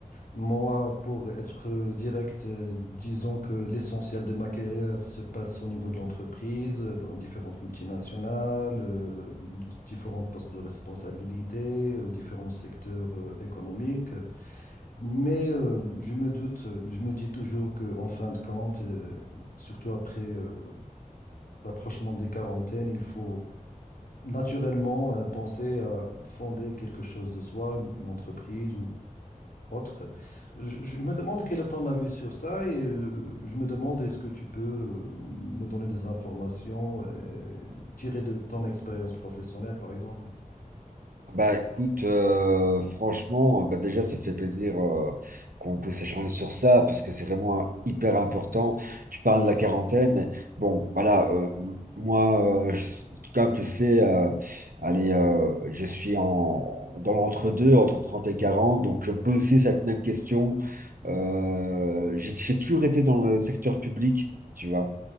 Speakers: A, on the left (about 85°); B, on the right (about 80°).
A: Moi, pour être direct, euh, disons que l'essentiel de ma carrière se passe au niveau de l'entreprise, euh, dans différentes multinationales, euh, d- différents postes de responsabilité, euh, différents secteurs euh, économiques. Mais euh, je me doute, euh, je me dis toujours qu'en fin de compte, euh, surtout après euh, l'approchement des quarantaines, il faut naturellement euh, penser à fonder quelque chose de soi, une, une entreprise ou autre. Je, je me demande quel est ton avis sur ça et euh, je me demande est-ce que tu peux euh, me donner des informations euh, tirées de ton expérience professionnelle, par exemple.
B: Bah écoute, euh, franchement, bah déjà ça fait plaisir euh, qu'on puisse échanger sur ça parce que c'est vraiment euh, hyper important. Tu parles de la quarantaine, mais bon, voilà, euh, m- moi, euh, je- comme tu sais, euh, allez, euh, je suis en, dans l'entre-deux, entre 30 et 40 donc je me pose aussi cette même question. Euh, j'ai j'ai toujours été dans le secteur public, tu vois.